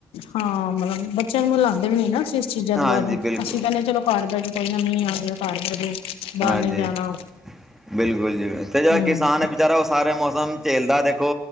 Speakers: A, on the left; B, in the centre.
A: ਹਾਂ। ਮਤਲਬ ਬੱਚਿਆਂ ਨੂੰ ਲਾਉਂਦੇ ਵੀ ਨੀ ਨਾ ਅਸੀਂ ਇਸ ਚੀਜ਼ਾਂ
B: ਹਾਂਜੀ
A: ਦੇ ਬਾਰੇ
B: ਬਿਲਕੁਲ
A: ਅਸੀਂ ਕਹਿੰਦੇ ਚਲੋ ਕਰਦਾ ਜ ਕੋਈ ਨਾ ਮੀਂਹ ਆ ਗਿਆ। ਘਰ ਬਹਿ ਜਾਓ ਬਾਹਰ
B: ਹਾਂਜੀ।
A: ਨੀ ਜਾਣਾ
B: ਬਿਲਕੁਲ ਜੀ ਤੇ ਜਿਹੜਾ
A: ਹਮ
B: ਕਿਸਾਨ ਹੈ ਵਿਚਾਰਾ ਉਸ ਸਾਰੇ ਮੌਸਮ ਝੇਲਦਾ ਦੇਖੋ